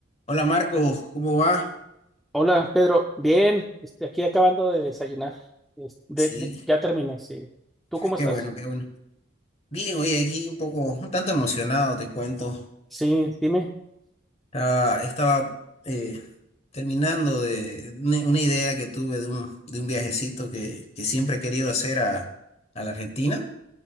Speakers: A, on the left; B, in the centre.
A: Hola Marco, ¿cómo va?
B: Hola, Pedro. Bien, este, aquí acabando de desayunar. Es- de-
A: Sí,
B: ya, ya terminé, sí. ¿Tú cómo estás?
A: qué bueno, qué bueno. Bien, oye, aquí un poco, un tanto emocionado, te cuento.
B: Sí, dime.
A: Ah, estaba eh, terminando de una una idea que tuve de un, de un viajecito que, que siempre he querido hacer a, a la Argentina,